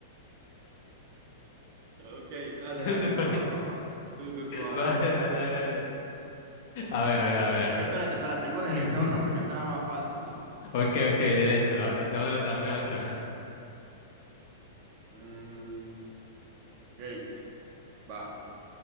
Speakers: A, on the right; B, on the left.
A: Ok, dale, dale,
B: Se pare-
A: va, va, va, va. Tú, tú, tú, ahora,
B: Vale,
A: tú, ahora,
B: vale,
A: tú,
B: vale,
A: ahora.
B: vale. A ver, a ver, a ver.
A: Pero espérate, espera, tengo derecho
B: <laughs>
A: a otro porque será más fácil, ¿no?
B: Ok, ok, derecho. da- Dame otra, dame otra.
A: Mm, ok. Va.